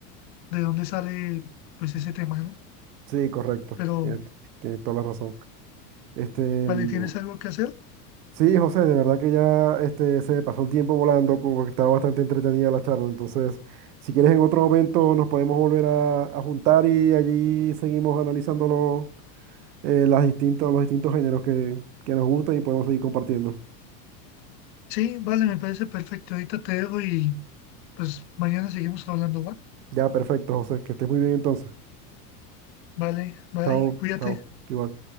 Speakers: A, on the left; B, on the right.
A: de dónde sale pues ese tema, ¿no?
B: sí, correcto.
A: Pero,
B: Tienes, tienes toda la razón. Este, mm,
A: vale, ¿tienes algo que hacer?
B: sí, José, de verdad que ya este, se pasó el tiempo volando, como que estaba bastante entretenida la charla. Entonces, si quieres en otro momento nos podemos volver a, a juntar y allí seguimos analizando los eh, las distintas, los distintos géneros que, que nos gustan y podemos seguir compartiendo.
A: Sí, vale, me parece perfecto. Ahorita te dejo y pues mañana seguimos hablando, ¿va?
B: Ya, perfecto, José, que estés muy bien entonces.
A: Vale, bye,
B: Chao,
A: cuídate.
B: chao, igual.